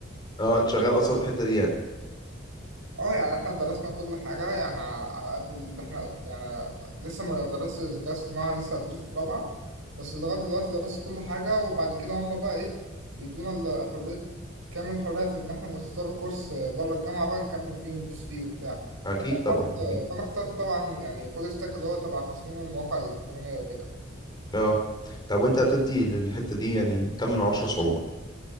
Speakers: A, on the left; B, on the right.
A: اه انت شغال اصلا في الحته دي يعني
B: اه يعني احنا درسنا كل حاجة يعني ع- على قد اللي احنا يعني لسه ما درست الذكاء الصناعي لسه هدرسه في رابعة بس لغاية دلوقتي درست كل حاجة وبعد كده هما بقى ايه بيدونا ال- حرية كامل الحرية في ان احنا نختار كورس بره الجامعة بقى نكمل فيه وندوس فيه وبتاع
A: اكيد
B: فانا اخترت
A: طبعا أكيد.
B: فانا اخترت طبعا يعني فول ستاك اللي هو تبع تصميم المواقع الإلكترونية وكده
A: اه طب وانت بتدي للحته دي يعني كم من عشرة صعوبه